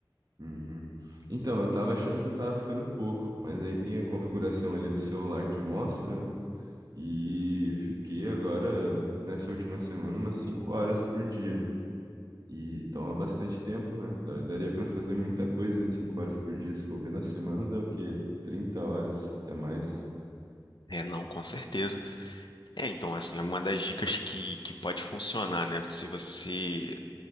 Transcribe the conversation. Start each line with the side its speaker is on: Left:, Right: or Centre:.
Right: Uhum. Então, eu tava achando que eu tava ficando pouco, mas aí tem a configuração ali do celular que mostra, né? E fiquei agora, nessa última semana, umas 5 horas por dia. E toma bastante tempo, né? Dá- Daria pra fazer muita coisa em 5 horas por dia. Se for ver na semana, dá o quê? 30 horas, até mais.
Left: É, não, com certeza. É, então, assim, é uma das dicas que, que pode funcionar, né? Se você